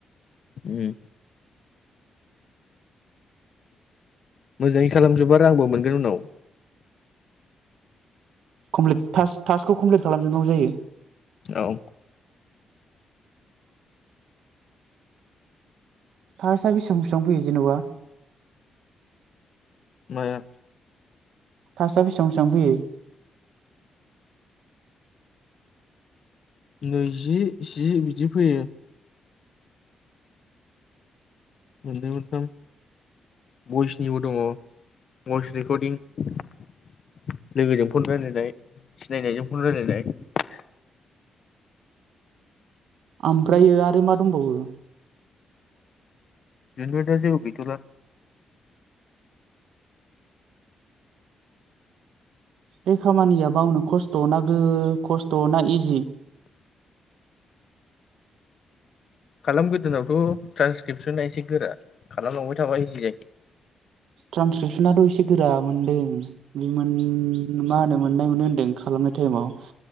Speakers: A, on the left; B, on the right.
A: उम मोजाङै खालामजोबा रांबो मोनगोन उनाव
B: कमप्लिट टास थास्कखौ कमप्लिट खालामजोबनांगौ जायो
A: औ
B: थासा बेसेबां बेसेबां फैयो जेनेबा
A: माया
B: थासआ बेसेबां बेसेबां फैयो
A: नैजि जि बिदि फैयो मोननै मोनथाम भइसनिबो दङ भइस रेकर्दिं लोगोजों फन रायज्लायनाय सिनायनायजों फन रायज्लायनाय
B: ओमफ्रायो आरो मा दंबावो
A: बेनिफ्रायथ' जेबो गैथला
B: बे खामानिया बावनो खस्थ'ना गो खस्थ'ना इजि
A: खालाम गोदोनावथ' ट्रान्सक्रिपसना एसे गोरा खालामलांबाय थाबा इजि जायो।
B: ट्रान्सकेपसनाथ' एसे गोरा मोनदों बे मा होनो मोननाय मोनो होनदों खालामनाय टाइमाव